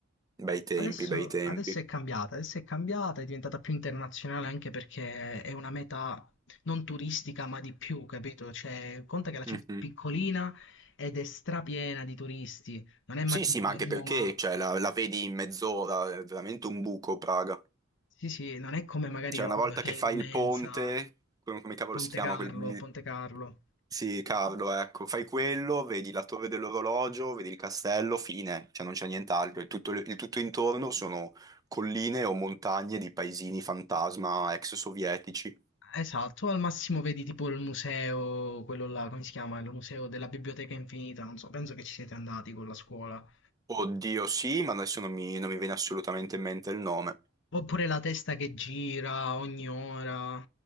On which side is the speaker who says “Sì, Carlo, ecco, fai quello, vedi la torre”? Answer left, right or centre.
Right